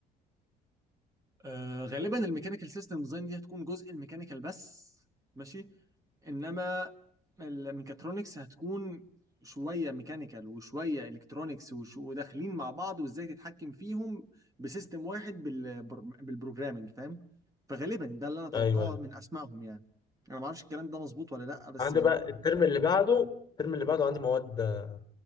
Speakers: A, on the right; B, on the left.
A: آه غالبا الميكانيكال سيستم ديزاين دي هتكون جزء الميكانيكال بس ماشي انما الميكاترونكس هتكون شويه ميكانيكال وشويه الكترونكس وش... وداخلين مع بعض وازاي تتحكم فيهم بسيستم واحد بال... بالبروجرامنج فاهم فغالبا ده اللي انا اتوقعه
B: ايوه ايوه
A: من اسمائهم يعني انا ما اعرفش الكلام ده مظبوط ولا لا بس
B: عندي
A: يعني
B: بقى الترم اللي بعده الترم اللي بعده عندي مواد آه،